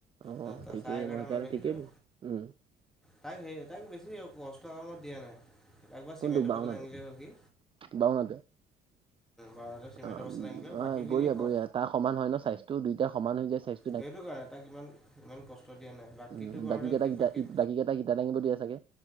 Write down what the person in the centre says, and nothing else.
ত ত
চাৰে এঘাৰটা
মানে ৰাখিছোঁ।
তাক সে তাক বেছি কষ্টৰ কামত দিয়া নাই। একবাৰ চিমেণ্টৰ
পাছত দাঙিলেই হ'ল সি।
বাৰটা চিমেণ্টৰ
বস্তা‌ দাঙিলে
বাকীখিনি
ক
সেইটো কাৰণে তাক ইমান ইমান কষ্ট দিয়া নাই বাকীতটো
বাৰুতে
বাকী